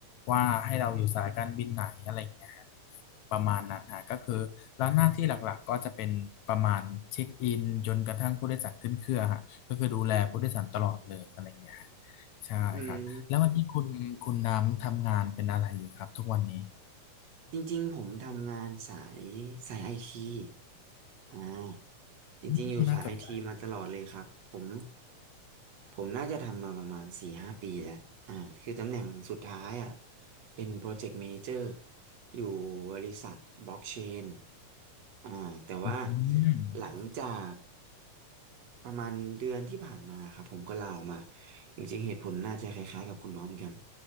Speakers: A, on the left; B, on the right.
A: ว่าให้เราอยู่สายการบินไหนอะไรอย่างเงี้ยฮะประมาณนั้นฮะก็คือแล้วหน้าที่หลักๆก็จะเป็นประมาณเช็คอินจนกระทั่งผู้โดยสารขึ้นเครื่องฮะก็คือดูแลผู้โดยสารตลอดเลยอะไรอย่างเงี้ยฮะ ใช่ครับแล้ววันนี้คุณคุณน้ำทำงานเป็นอะไรอยู่ครับทุกวันนี้
B: อืม จริงๆผมทำงานสายสายไอทีอ่าจริงๆอยู่สายไอทีมาตลอดเลยครับผม
A: อืมน่าสนใจ
B: ผมน่าจะทำมาประมาณสี่ห้าปีแล้วอ่าคือตำแหน่งสุดท้ายอ่ะเป็นโปรเจกต์ a ม a นเจอร์อยู่บริษัทบล็อกเชนอ่าแต่ว่า
A: อืม
B: หลังจาก ประมาณเดือนที่ผ่านมาครับผมก็ลาออกมาจริงๆเหตุผลน่าจะคล้ายๆกับคุณน้องเหมือนกัน